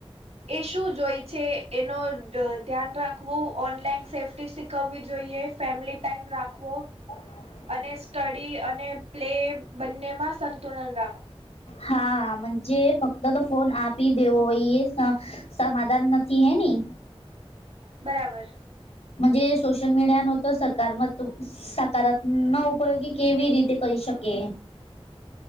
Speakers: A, on the right; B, on the left.
A: એ શું જોય છે એનો ધ્યાન રાખવું ઓનલાઈન સેફ્ટી શીખવવી જોઈએ ફેમિલી ટાઈમ રાખવો
B: અને
A: સ્ટડી અને પ્લે બંનેમાં સંતુલન રહે
B: હાજે ફક્ત તો ફોન આપી દેવ એ સમાધાન નથી હે નની
A: બરાબર
B: જ સોશલ મીડિયા નત સરકાર મ સકારાત્મ ન ઉપયોગી કેવી રીતે કરી શકે